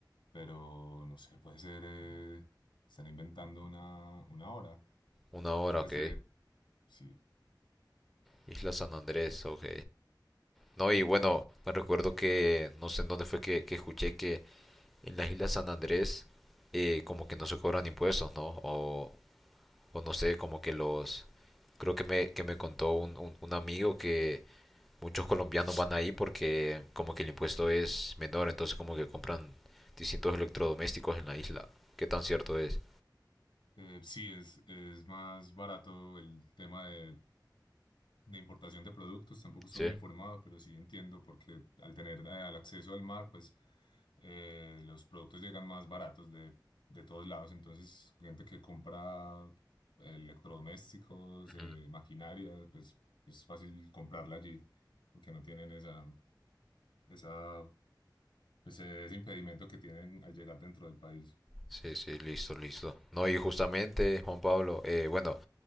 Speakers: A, on the left; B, in the centre.
A: pero no sé, puede ser, eh, están inventando una, una hora.
B: una hora,
A: Desde,
B: ok.
A: sí,
B: Isla San Andrés, ok. No, y bueno, me recuerdo que no sé en dónde fue que, que escuché que en la isla San Andrés eh, como que no se cobran impuestos, ¿no? O, o no sé, como que los... Creo que me, que me contó un, un, un amigo que muchos colombianos van ahí porque como que el impuesto es menor, entonces como que compran distintos electrodomésticos en la isla. ¿Qué tan cierto es?
A: eh, sí, es, es más barato el tema de de importación de productos, tampoco estoy
B: Sí.
A: muy informado, pero sí entiendo porque al tener eh, el acceso al mar, pues eh, los productos llegan más baratos de, de todos lados. Entonces, gente que compra electrodomésticos,
B: Ujú.
A: eh, maquinaria, pues es fácil comprarla allí porque no tienen esa, esa, pues, ese impedimento que tienen al llegar dentro del país.
B: Sí, sí, listo, listo. No, y justamente, Juan Pablo, eh, bueno,